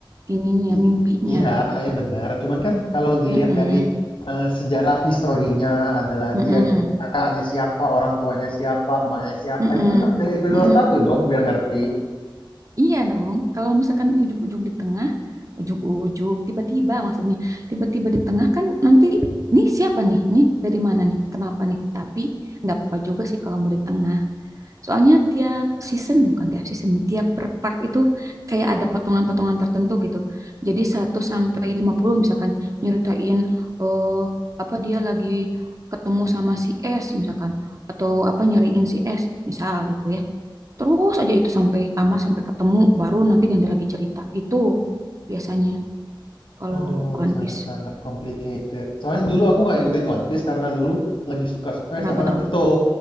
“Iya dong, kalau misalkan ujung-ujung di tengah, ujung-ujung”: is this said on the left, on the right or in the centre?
Right